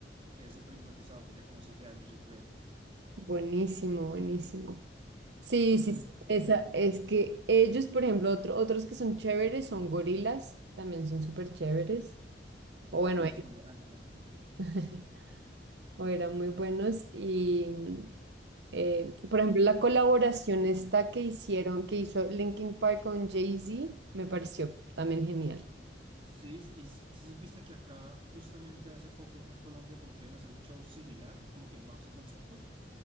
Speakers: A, on the right (about 30°); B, on the right (about 65°).
A: quedé súper hipnotizado, tenía como siete años yo creo.
B: Buenísimo, buenísimo. Sí, sí,
A: Mm.
B: sí, esa, es que ellos, por ejemplo, otro- otros que son chéveres son gorilas, también son súper chéveres, o bueno,
A: Gorilas
B: eh,
A: me encanta.
B: <laughs> o eran muy buenos. Y, eh, por ejemplo, la colaboración esta que hicieron, que hizo Linkin Park con Jay-Z, me pareció también genial.
A: Sí, y si supiste que acá, justamente hace poco acá en Colombia, como que iban a hacer un show similar, como que bajo ese concepto,